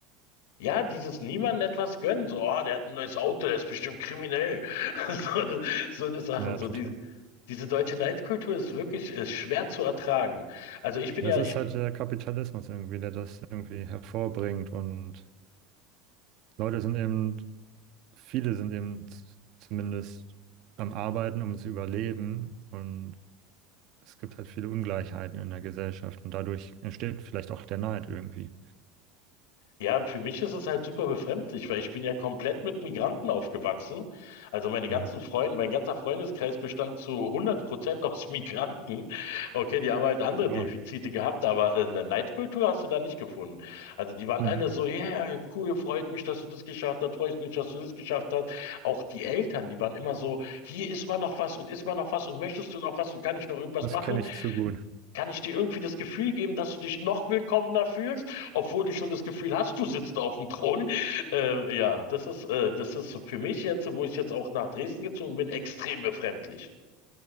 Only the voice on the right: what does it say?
Ja,
total.
Das
ist
halt der Kapitalismus irgendwie, der das irgendwie hervorbringt und Leute sind eben viele sind eben z- zumindest am Arbeiten, um zu überleben. Und es gibt halt viele Ungleichheiten in der Gesellschaft. Und dadurch entsteht vielleicht auch der Neid irgendwie.
Mhm.
Ja.
Mhm.
Das
kenne ich zu gut.